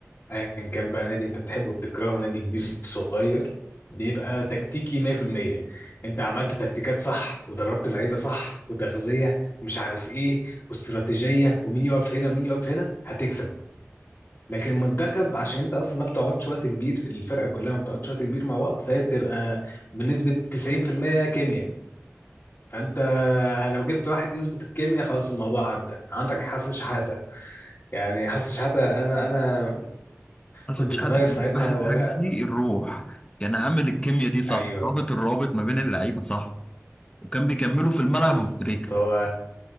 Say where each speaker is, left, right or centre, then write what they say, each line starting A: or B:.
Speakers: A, on the left; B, on the left.
A: ايا كان بقى نادي انت بتحبه بتكرهه نادي كبير صغير بيبقى تكتيكي 100% انت عملت تكتيكات صح ودربت اللعيبه صح وتغذيه ومش عارف ايه واستراتيجيه ومين يقف هنا ومين يقف هنا هتكسب لكن المنتخب عشان انت اصلا ما بتقعدش وقت كبير الفرقه كلها ما بتقعدش وقت كبير مع بعض فهي بتبقى بنسبه 90% كيمياء فانت لو جبت واحد يظبط الكيمياء خلاص الموضوع عدى عندك حسن شحاته يعني حسن شحاته انا انا
B: حسن
A: كنت
B: شحاته
A: صغير
B: كان
A: ساعتها
B: احلى
A: ولا
B: حاجه فيه الروح كان عامل الكيمياء دي صح
A: ايوه
B: رابط الروابط ما بين اللعيبه صح وكان بيكملوا في الملعب
A: بالظبط
B: ابو تريكه
A: هو